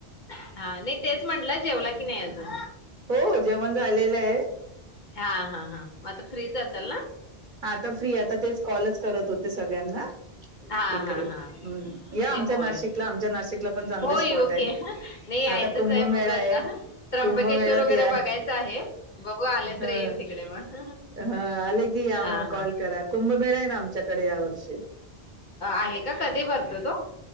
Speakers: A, on the left; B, on the right.
A: हा नाही तेच म्हंटलं जेवला की नाही अजून?
B: हो हो जेवण झालेलं आहे
A: हां हां हा, मग आता फ्रीच असाल ना?
B: हां आता फ्री आहे. आता तेच कॉलच करत होते सगळ्यांना.
A: हा
B: इकडे,
A: हा हा
B: हम्म, या
A: नाही
B: आमच्या
A: होय
B: नाशिकला. आमच्या नाशिकला पण चांगले
A: हो
B: स्पॉट
A: येऊ
B: आहे.
A: की नाही यायचंच
B: आता कुंभमेळा
A: बघू आता
B: आहे.
A: त्र्यंबकेश्वर
B: कुंभमेळात
A: वगैरे
B: या.
A: बघायचं आहे बघू आले
B: हां
A: तर येईन तिकडे मग
B: हां आले या
A: हा
B: मग, कॉल
A: हा
B: करा. कुंभमेळा आहे ना, आमच्याकडे या वर्षी.
A: आहे का कधी भरतो तो